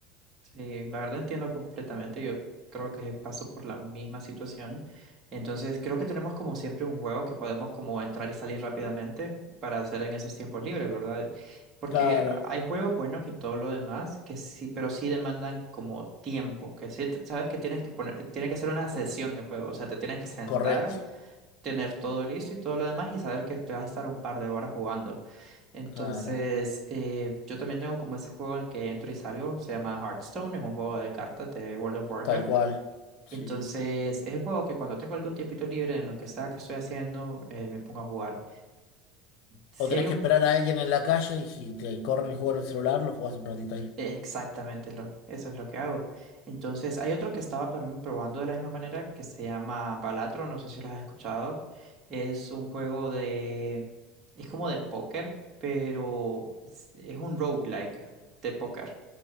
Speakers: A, on the right; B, on the left.
A: Sí, la verdad entiendo completamente. Yo creo que paso por la misma situación. Entonces, creo que tenemos como siempre un juego que podemos como entrar y salir rápidamente para hacer en esos tiempos libres, ¿verdad? Porque
B: Claro,
A: hay juegos buenos y todo lo demás que sí, pero sí demandan como tiempo, que sí- sabes que tienes que poner, tiene que ser una sesión de juego, o sea, te tienes que sentar
B: correcto,
A: tener todo listo y todo lo demás y saber que te vas a estar un par de horas jugando. Entonces,
B: claro,
A: eh, yo también tengo como ese juego en el que entro y salgo, se llama Hearthstone, es un juego de cartas de World of Warcraft.
B: tal cual. Sí.
A: Entonces, es el juego que cuando tengo algún tiempito libre en lo que sea que estoy haciendo, eh, me pongo a jugar. Si
B: O tenés
A: hay un
B: que esperar a alguien en la calle y si te corren el juego en el celular, lo jugás un ratito ahí.
A: Exactamente, es lo- eso es lo que hago. Entonces, hay otro que estaba también probando de la misma manera que se llama Balatro, no sé si lo has escuchado. Es un juego de... es como de póker, pero es es un roguelike de póker.